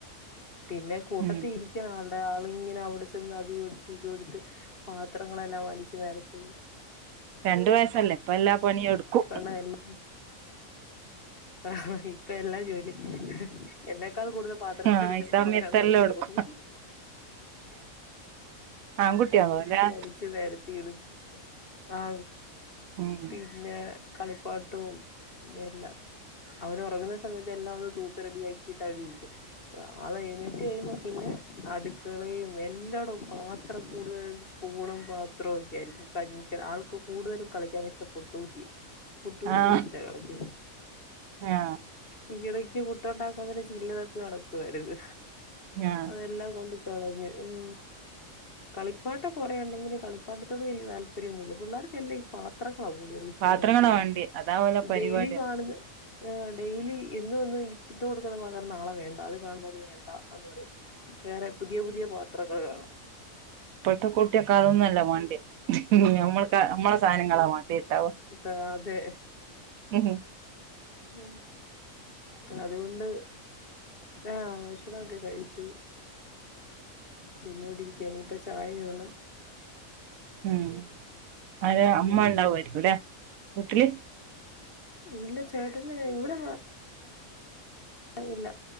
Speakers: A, on the left (about 45°); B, on the right (about 80°).
A: പിന്നെ കൂട്ടത്തി
B: ഉം
A: ഇരിക്കാനാൾ ഏ ആളിങ്ങനെ അവിടെ ചെന്ന് അതു എടുത്ത് ഇതുടുത്ത് പാത്രങ്ങളെല്ലാം വലിച്ചു നെരത്തി
B: രണ്ടു വയസ്സല്ലേ ഇപ്പ എല്ലാ പണിയും എടുക്കും
A: പണ എല്ലാ ആ ഇപ്പ എല്ലാ ജോലി എന്താ ക്കാൾ കൂടുതൽ പാത്രങ്ങൾ
B: ആഹ്
A: എടുക്കുന്ന
B: ഈ സമയത്തെല്ലാം
A: ഓരാന്ന എനിക്ക്
B: എടുക്കും
A: തോന്നുന്നേ
B: ആൺകുട്ടിയാവൂലേ
A: അങ്ങട്ട് വലിച്ചു നേരത്തീടു ആ
B: ഉം
A: പിന്നേ കളിപ്പാട്ടവും എല്ല അവര റങ്ങുന്ന സമയത്ത് എല്ലാ ഒന്ന് തൂത്ത് റെഡിയാക്കിട്ട് അടിരിക്കും ആള് എഴുന്നേറ്റ് കഴിയുമ്പോ പിന്നെ അടുക്കളയും എല്ലാടും പാത്രം കൂടുതൽ സ്പൂണും പാത്രവും ഒക്കെ ആയിരിക്കും കഞ്ഞിക്ക് ആൾക്ക് കൂടുതലും കളിക്കാൻ ഇഷ്ടപ്പുട്ട്കൂ റ്റിയ പുട്ട്കുറ്റി
B: ആഹ്
A: വെച്ചിട്ടാ കളിക്കു
B: ആഹ്
A: ഈ കിടക്ക് പു ട്ടുണ്ടാക്കാൻ തന്നെ ചില്ല് തപ്പി നടക്കുവാരുന്നു
B: ആഹ്
A: അതെല്ലാം കൊണ്ട് തളര് ഉ കളിപ്പാട്ട കൊറേ ഉണ്ടെങ്കിലും കളിപ്പാട്ടത്തോട് വല്ല്യ താല്പര്യൊന്നുല്ല്യ പിള്ളേർക്കല്ലാം ഈ പാത്ര ഓ കൂടുതല് ഇഷ്ടാന്ന്
B: പാത്രങ്ങളാ
A: എനിക്ക് തോന്നുന്നുഈ
B: വേണ്ടിയെ അതാ ഓലെ പരിപാടി
A: ഡെയിലി കാണുന്ന ആ ഡെയ്ലി ഇന്ന് വന്ന് ഇത്തു കൊടുക്കുന്ന പാത്ര നാളെ വേണ്ട അത് കാണുമ്പോ അത് വേണ്ട എന്ന് പറയും വേറെ പുതിയ പുതിയ പാത്രങ്ങൾ വേണം.
B: ഇപ്പഴത്തെ കുട്ടിയൊക്കെ അതൊന്നും അല്ല വാണ്ടിയെ ഉ ഞമ്മൾക്ക നമ്മളെ സാധനങ്ങളാ വേണ്ടട്ടാവ.
A: ഇപ്പ അതെ
B: ഉഹും.
A: ഉ അതുകൊണ്ട് ആഹ് ഭക്ഷണം ഒക്കെ കഴിച്ചു പിന്നെ ഇവിടിരിക്ക ഇനിയിപ്പ ചായ ഇടണം.
B: ഉം ആര്
A: അങ്ങനെ
B: അമ്മ
A: ഇരിക്കുന്നു
B: ഉണ്ടാവു ആയിരിക്കും അല്ലെ വീട്ടില്
A: ഇല്ല ചേട്ടന്റെ ഇവിടെ ഇല്ല